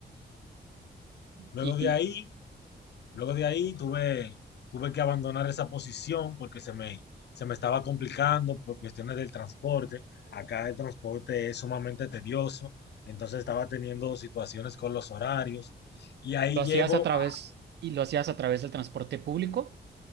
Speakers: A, on the left; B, on the right.
A: Luego
B: Y
A: de ahí Luego de ahí tuve, tuve que abandonar esa posición porque se me, se me estaba complicando por cuestiones del transporte. Acá el transporte es sumamente tedioso, entonces estaba teniendo situaciones con los horarios. Y ahí
B: lo hacías
A: llego,
B: a través,
A: a-
B: y lo hacías a través del transporte público,